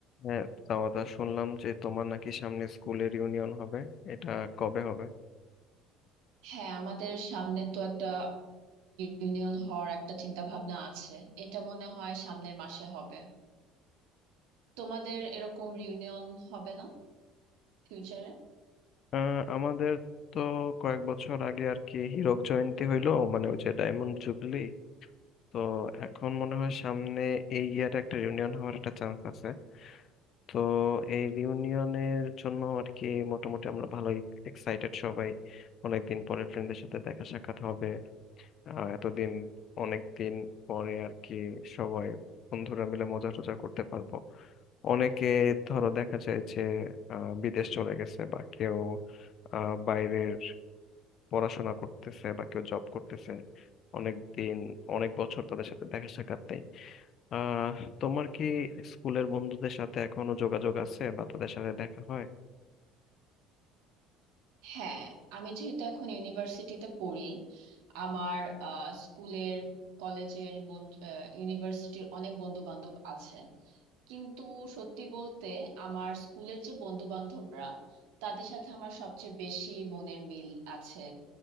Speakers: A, on the left (about 50°); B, on the right (about 85°).
A: হ্যাঁ তা কথা শুনলাম যে তোমার নাকি সামনে স্কুলের ইউনিয়ন হবে এটা কবে হবে
B: হ্যাঁ আমাদের সামনে তো একটা রিউনিয়ন হওয়ার একটা চিন্তা ভাবনা আছে এটা মনে হয় সামনের মাসে হবে তোমাদের এরকম রিউনিয়ন হবে না ফিউচারে
A: আহ, আমাদের তো কয়েক বছর আগে আর কি হীরক জয়ন্তী হইলো মানে ওই যে ডায়মন্ড জুবলি তো এখন মনে হয় সামনে এই ইয়ারে একটা রিউনিয়ন হওয়ার একটা চান্স আছে তো এই রিউনিয়নের জন্য আর কি মোটামুটি আমরা ভালোই এক্সাইটেড সবাই অনেকদিন পরে ফ্রেন্ডদের সাথে দেখা সাক্ষাৎ হবে আহ, এতদিন অনেক দিন পরে আর কি সবাই বন্ধুরা মিলে মজা টজা করতে পারবো অনেকে ধরো দেখা যায় যে আহ, বিদেশ চলে গেছে বা কেউ আহ, বাইরের পড়াশোনা করতেছে বা কেউ জব করতেছে অনেক দিন অনেক বছর তাদের সাথে দেখা সাক্ষাৎ নেই আহ তোমার কি স্কুলের বন্ধুদের সাথে এখনো যোগাযোগ আছে বা তাদের সাথে দেখা হয়
B: হ্যাঁ আমি যেহেতু এখন ইউনিভার্সিটিতে পড়ি আমার আহ, স্কুলের কলেজের বন্ধু ইউনিভার্সিটির অনেক বন্ধু বান্ধব আছে কিন্তু সত্যি বলতে আমার স্কুলের যে বন্ধু বান্ধবরা তাদের সাথে আমার সবচেয়ে বেশি মনের মিল আছে